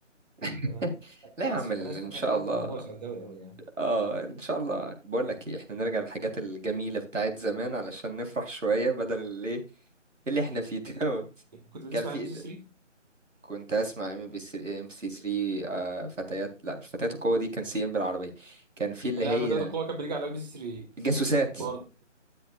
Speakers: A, on the right; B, on the right.
A: <laughs>
B: تمام
A: لا
B: أنا
A: يا عم
B: آسف
A: ال-
B: أنا آسف
A: ان
B: أنا
A: شاء
B: خليت
A: الله
B: الموضوع سوداوي أوي يعني
A: اه يعني ان شاء الله بقول لك ايه احنا نرجع للحاجات الجميله بتاعت زمان علشان نفرح شويه بدل اللي <laughs> اللي احنا فيه دوت
B: كنت بتسمع
A: كان في
B: ام بي سي 3؟
A: كنت اسمع ام بي سي ام سي 3 آه، فتيات لا مش فتيات القوه دي كان سي ام بالعربيه كان في اللي
B: لا
A: هي
B: فتاة القوة كان بيجي على ام بي سي 3
A: الجاسوسات
B: برضه